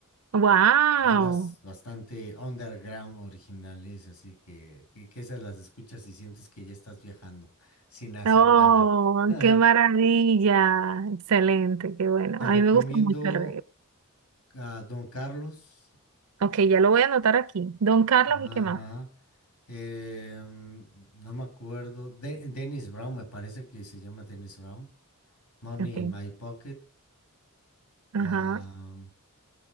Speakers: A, on the right (about 70°); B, on the left (about 85°).
A: wow.
B: Bandas bastante underground originales, así que, que, que esas las escuchas y sientes que ya estás viajando sin hacer
A: Oh,
B: nada. <laughs>
A: qué maravilla. Excelente, qué bueno.
B: Te
A: A
B: recomiendo
A: mí me gusta mucho el reggae.
B: a Don Carlos.
A: Ok, ya lo voy a anotar aquí. Don Carlos
B: Ajá.
A: y qué más.
B: Eh, no me acuerdo. De- Dennis Brown, me parece que se llama Dennis Brown. Money
A: Ok,
B: in My Pocket.
A: ajá.
B: ah,